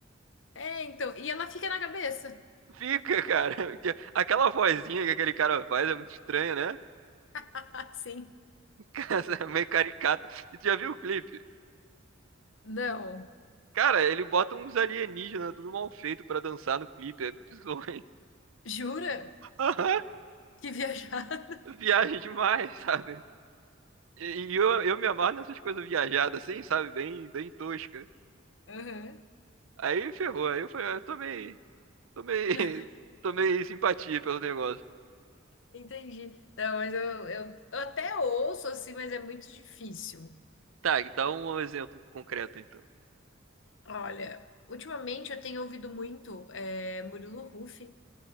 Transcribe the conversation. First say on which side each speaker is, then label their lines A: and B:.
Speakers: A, on the left; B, on the right.
A: É, então, e ela fica na cabeça.
B: Fica, <laughs> cara. porque Aquela vozinha que aquele cara faz é muito estranha, né?
A: <laughs> Sim.
B: <laughs> Meio caricato. E tu já viu o clipe?
A: Não.
B: Cara, ele bota uns alienígenas tudo mal feito pra dançar no clipe. É bizonho.
A: Jura?
B: <laughs>
A: Que viajada.
B: Viagem demais, sabe? E, e eu, eu me amarro nessas coisas viajadas, assim, sabe? Bem, bem tosca.
A: Aham.
B: Aí ferrou. Aí eu falei, ah, tomei, tomei,
A: <laughs>
B: <laughs> tomei simpatia pelo negócio.
A: Entendi. Não, mas eu, eu, eu até ouço assim, mas é muito difícil.
B: Tá, dá um exemplo concreto, então.
A: Olha, ultimamente eu tenho ouvido muito é, Murilo Huff.